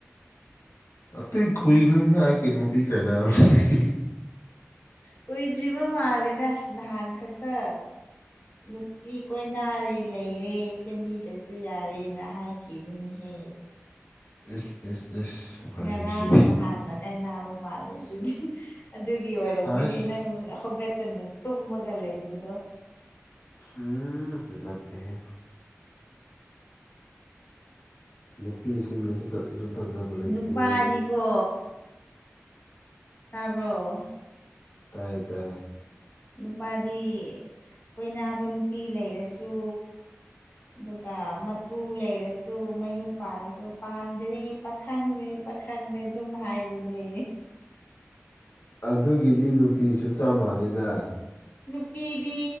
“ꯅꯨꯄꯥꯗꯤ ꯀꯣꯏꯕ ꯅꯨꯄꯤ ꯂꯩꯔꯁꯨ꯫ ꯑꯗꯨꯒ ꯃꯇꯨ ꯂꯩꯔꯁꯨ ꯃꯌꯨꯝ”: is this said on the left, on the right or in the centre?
Left